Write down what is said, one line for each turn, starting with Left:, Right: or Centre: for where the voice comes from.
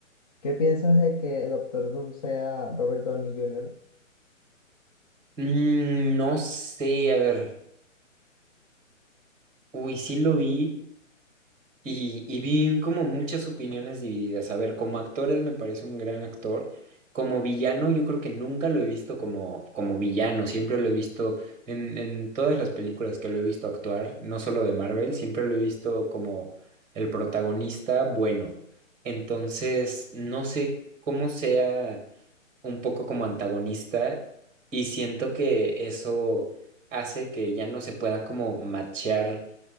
Left: ¿Qué piensas de que Doctor Doom sea Robert Downey Jr.?
Right: Mm, no sé, a ver, uy, sí lo vi. Y, y vi como muchas opiniones divididas. A ver, como actor él me parece un gran actor. Como villano yo creo que nunca lo he visto como, como villano. Siempre lo he visto en, en todas las películas que lo he visto actuar, no solo de Marvel, siempre lo he visto como el protagonista bueno. Entonces, no sé cómo sea un poco como antagonista y siento que eso hace que ya no se pueda como machear